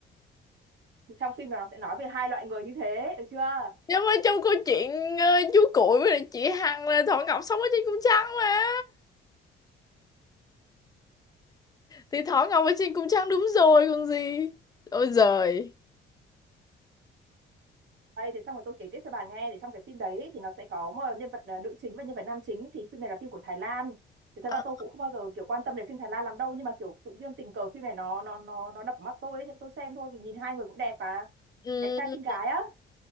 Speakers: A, on the right; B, on the left.
A: thì trong phim là nó sẽ nói về hai loại người như thế được chưa
B: Nhưng mà trong câu chuyện ờ, chú Cuội với lại chị Hằng là Thỏ Ngọc sống ở trên cung trăng mà. Thì Thỏ Ngọc ở trên cung trăng đúng rồi còn gì. Ôi giời.
A: đây thì xong rồi tôi kể tiếp cho bà nghe thì trong cái phim đấy thì nó sẽ có một nhân vật à, nữ chính và nhân vật nam chính thì phim này là phim của Thái Lan thì thật
B: Ờ,
A: ra tôi cũng không bao giờ kiểu quan tâm đến phim Thái Lan lắm đâu nhưng mà kiểu tự nhiên tình cờ phim này nó nó nó nó đập vào mắt tôi ấy, thì tôi xem thôi vì nhìn hai người cũng đẹp mà
B: ừ.
A: đẹp trai xinh gái á